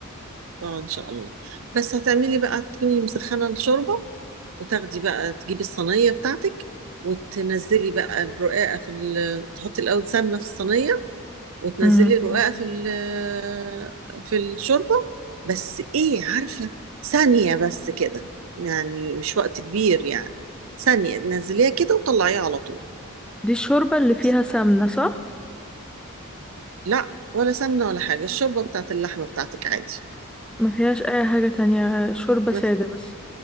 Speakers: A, on the right; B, in the centre.
A: اه ان شاء الله بس هتعملي بقى تكوني مسخنة الشوربة وتاخدي بقى تجيبي الصينية بتاعتك وتنزلي بقى الرقاقة في ال... تحطي الاول سمنة في الصينية وتنزلي
B: امم
A: الرقاقة في ال- في الشوربة بس ايه عارفة ثانية بس كده يعني مش وقت كبير يعني ثانية تنزليها كده وطلعيها على طول
B: دي الشوربة اللي فيها
A: تت-
B: سمنة صح
A: لا ولا سمنة ولا حاجة الشوربة بتاعت اللحمة بتاعتك عادي
B: ما فيهاش اي حاجة تانية شوربة
A: ما
B: سادة
A: ف...
B: بس